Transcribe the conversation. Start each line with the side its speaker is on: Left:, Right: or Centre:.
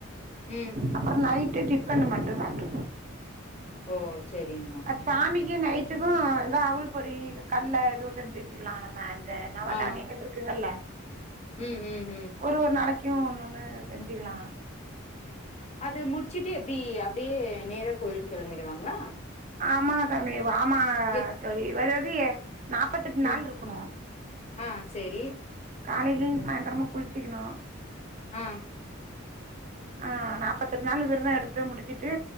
Left: ம்
Right: அப்பறோ நைட்டு டிபன் மட்டு சாப்டு
Left: ஓ செரிங்மா
Right: சாமிக்கி நைட்டுக்கு எதா அவுள் பொறி கல்ல எதுவு செஞ்சி வெச்சுக்கலா நம்ம அந்த நவதானியங்கள்
Left: ஆ
Right: இருக்குங்கல்ல
Left: ம் ம் ம்
Right: ஒரு ஒரு நாளைக்கு ஒன்னொன்னு செஞ்சிக்கலா
Left: அது முடிச்சிட்டு எப்டி அப்டியே நேர கோயிலுக்கு கெளம்பிடுவாங்களா
Right: ஆமாங்க சாமி வா ஆமா
Left: எத்
Right: தோழி வேறதிய நாப்பத்தெட்டு நாள்
Left: ம்
Right: இருக்கணு
Left: ஆ செரி
Right: காலையிலயு சாயந்திரமு குளிச்சிக்கணு
Left: ம்
Right: ஆ நாப்பத்தெட்டு நாள் விருதோ எடுத்து முடிச்சிட்டு